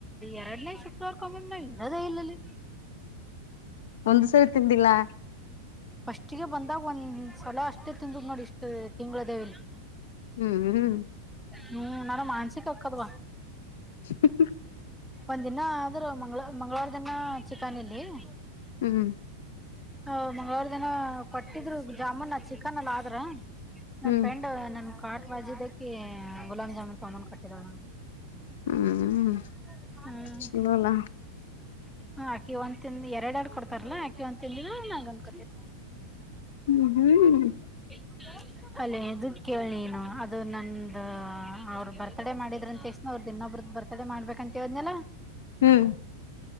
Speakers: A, in the centre; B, on the left (about 55°).
A: ಎರಡನೇ ಶುಕ್ರವಾರಕೊಮ್ಮೆಮ್ಮ ನಾವ್ ಇರೋದೇ ಇಲ್ಲಲ್ಲಿ
B: ಒಂದ್ ಸರಿ ತಿಂದಿಲ್ಲ್
A: ಫಸ್ಟಿಗೆ ಬಂದಾಗ ಒಂದ್ ಸಲ ಅಷ್ಟೇ ತಿಂದದ್ ನೋಡ ಇಷ್ಟ್ ತಿಂಗಳ ಇದೇವಲಿ
B: ಹ್ಮ್ ಹ್ಮ್
A: ಹ್ಮ್ ನನಗ್ ಮಾನಸಿಕ ಹಾಕ್ಕದವ್
B: ಹ್ಮ್
A: ಒಂದಿನ ಆದ್ರ ಮಂಗ ಮಂಗಳವಾರ ದಿನ ಚಿಕನ ಇಲ್ಲೇನ್
B: ಹ್ಮ್
A: ಹ ಮಂಗಳವಾರ ದಿನ ಕೊಟ್ಟಿದ್ರ್ ಜಾಮೂನ್ ಚಿಕನ್ ಅಲ್ಲ ಆದ್ರ್ ನನ್
B: ಹ್ಮ್
A: ಫ್ರೆಂಡ್ ನನ್ ಕಾಟ್ ಬಾಜು ಇದ್ದಕಿ ಗುಲಾಮ್ ಜಾಮೂನ್ ತೊಂಬಂದ್ ಕೊಟ್ಟಿದಳ ನನಗ್
B: ಹ್ಮ್
A: ಹ್ಮ
B: ಚಲೋಲ್ಲ
A: ಹ ಆಕಿ ಒಂದ್ ತಿಂದ್ ಎರ ಎರಡ್ ಕೊಡ್ತಾರಲ್ಲಾ ಆಕಿ ಒಂದ್ ತಿಂದ್ಲು ನಂಗ ಒಂದು ಕೊಟ್ಲು
B: ಹ್ಮ್ ಹ್ಮ್
A: ಹ <unintelligible> ಅಲ್ಲೇ ಇದ ಕೇಳನ ನೀನು ಅದು ನಂದ ಅವ್ರ ಬರ್ತಡೇ ಮಾಡಿದ್ರ ಅಂತ <unintelligible> ಅವ್ರ ದಿನೊಬ್ರದ ಬರ್ತ ತಡೆ ಮಾಡ್ಬೇಕಂತ ಏಳಿದ್ನೆಲ್ಲ
B: ಹ್ಮ್